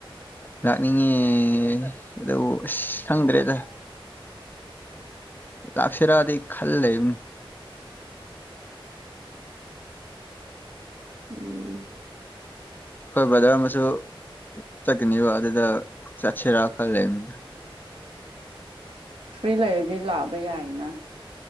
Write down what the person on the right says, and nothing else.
ꯎꯝ
ꯐꯔꯤ ꯂꯩꯗꯤ ꯂꯕ ꯌꯥꯏꯅ